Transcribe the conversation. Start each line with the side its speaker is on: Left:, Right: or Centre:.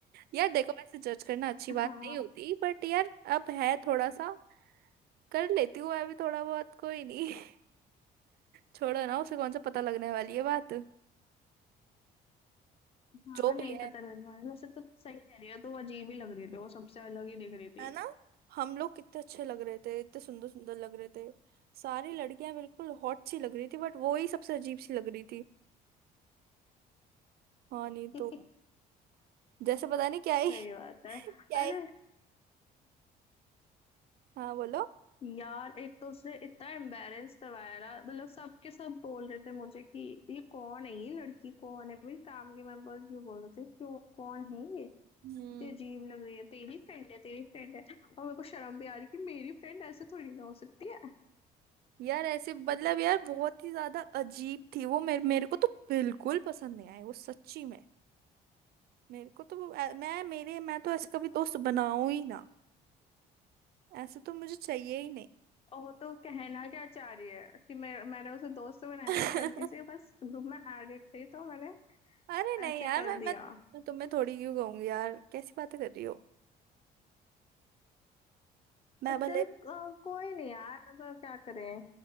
Right: यार देखो वैसे जज करना अच्छी
Left: हाँ
Right: बात नहीं होती बट यार अब है थोड़ा सा कर लेती हूँ मैं भी थोड़ा बहुत कोई नहीं <laughs> छोड़ो ना उसे कौन सा पता लगने वाली है बात
Left: हाँ
Right: जो
Left: नहीं
Right: भी
Left: पता
Right: है
Left: लगने वाला वैसे तो सही कह रही है तो वो अजीब ही लग रही थी वो सबसे अलग ही दिख रही थी
Right: है ना हम लोग कितने अच्छे लग रहे थे इतने सुंदर सुंदर लग रहे थे सारी लड़कियां बिल्कुल हॉट सी लग रही थी बट वो ही सबसे अजीब सी लग रही थी हाँ नहीं
Left: <laughs> सही
Right: तो जैसे पता नहीं क्या ही
Left: बात
Right: <laughs>
Left: है
Right: क्या ही
Left: अरे
Right: हाँ बोलो
Left: यार एक तो उसने इतना एम्बेरेंस करवाया ना मतलब सबके सब बोल रहे थे मुझे कि ये कौन है ये लड़की कौन है मेरी फैमिली मेंबर्स भी बोल रहे थे क्यों कौन है ये
Right: हम्म
Left: इतनी अजीब लग रही है तेरी फ्रेंड है तेरी फ्रेंड है और मेरे को शर्म भी आ रही कि मेरी फ्रेंड ऐसे थोड़ी ना हो सकती है
Right: यार ऐसे मतलब यार बहुत ही ज्यादा अजीब थी वो मेरे मेरे को तो बिल्कुल पसंद नहीं आई वो सच्ची में मेरे को तो वो- अ, मैं मेरे मैं तो ऐसे कभी दोस्त बनाऊं ही ना ऐसे तो मुझे चाहिए ही नहीं
Left: और तो कहना क्या चाह रही है कि मैं मैंने उसे दोस्त बनाया
Right: <laughs>
Left: वो गलती से बस ग्रुप में एडिट थी तो मैंने
Right: अरे नहीं
Left: ऐसे
Right: यार
Left: कर
Right: मैं मैं,
Left: दिया
Right: मैं तुम्हें थोड़ी क्यों कहूंगी यार कैसी बातें कर रही हो मैं
Left: अच्छा
Right: भले
Left: अ, कोई नहीं यार अब क्या करें